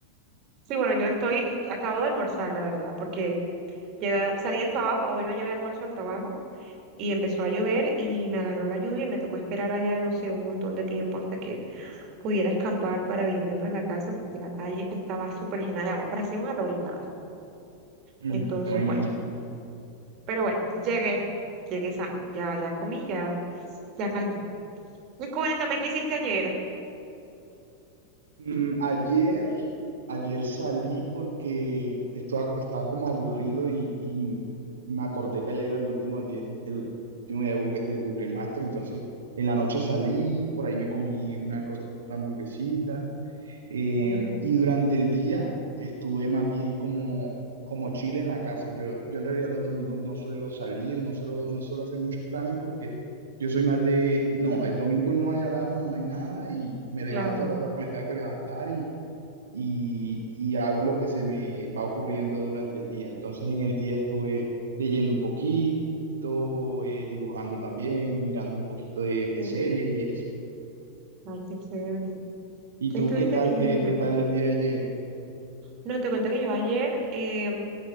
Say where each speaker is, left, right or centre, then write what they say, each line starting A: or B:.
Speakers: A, on the right; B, on the right.
A: Sí, bueno, yo estoy, est- acabo de almorzar, la verdad, porque llegué- salí del trabajo, hoy no llevé almuerzo al trabajo y empezó a llover y me agarró la lluvia y me tocó esperar allá, no sé, un montón de tiempo hasta que pudiera escampar para venirme para la casa porque la calle estaba súper llena de agua, parecía un arroyo, la verdad.
B: Mm,
A: Entonces,
B: te me imagino.
A: bueno. Pero bueno, llegué, llegué sano. Ya, ya comí, ya, ya calmé. Y cuéntame, ¿qué hiciste ayer?
B: Mm, ayer, ayer salí porque estaba, estaba como aburrido y, y me acordé que ayer era el último, día- el último día de, Burger- de Burger Master, entonces en la noche salí, por ahí me comí una que otra hamburguesita eh,
A: Chévere,
B: y durante el día estuve más bien como, como chile en la casa. Yo, yo en realidad los domingos no suelo salir, no suelo, no suelo hacer muchos planes porque yo soy más de, no, el domingo no hay alarma, no hay nada y me levanto
A: Claro.
B: a la hora que me tenga que levantar y, y, y hago lo que se me va ocurriendo durante el día. Entonces en el día estuve leyendo un poquito, eh, dibujando también, mirando un poquito de, de
A: Mm,
B: series y eso.
A: Ay, qué chévere.
B: ¿Y
A: ¿Qué
B: tú
A: estuviste
B: qué tal?
A: leyendo?
B: ¿Qué, qué tal el día de ayer?
A: No, te cuento que yo ayer em,